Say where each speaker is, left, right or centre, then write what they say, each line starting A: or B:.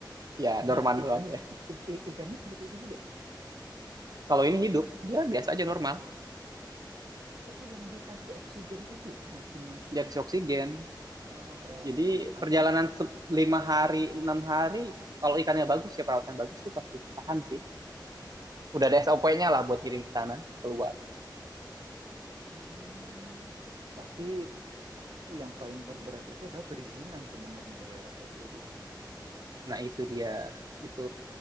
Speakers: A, on the right; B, on the right.
A: Ya, dorman
B: Nah, ikan
A: doang ya.
B: i- i- ikannya seperti itu juga ya?
A: Kalau ini hidup, dia biasa aja normal.
B: Oh, yang dikasih oksigen itu masing-masing
A: Dia kasih oksigen.
B: eh,
A: Jadi
B: kantong
A: perjalanan
B: plastiknya
A: se-
B: itu.
A: lima hari, enam hari, kalau ikannya bagus ya perawatan bagus tuh pasti tahan sih. Udah ada SOP-nya lah buat kirim ke sana, keluar.
B: Hmm. Tapi yang paling terberat itu adalah perizinan sebenarnya ya, Dodi. ya.
A: Nah itu dia. Itu